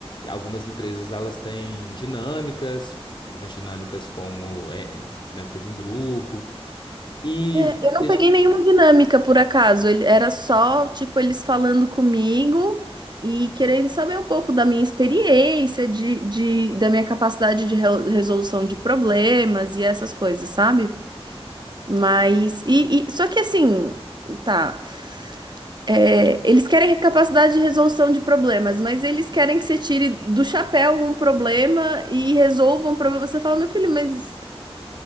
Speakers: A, on the left; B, on the right.
A: Algumas empresas elas têm dinâmicas, algumas dinâmicas como é, dinâmicas em grupo. E
B: É, eu
A: deixa.
B: não peguei nenhuma dinâmica por acaso. Ele, era só, tipo, eles falando comigo e querendo saber um pouco da minha experiência, de, de, da minha capacidade de re- resolução de problemas e essas coisas, sabe? Mas. E, e, só que assim. Tá. É, eles querem a capacidade de resolução de problemas, mas eles querem que você tire do chapéu um problema e resolva um problema. Você fala, meu filho, mas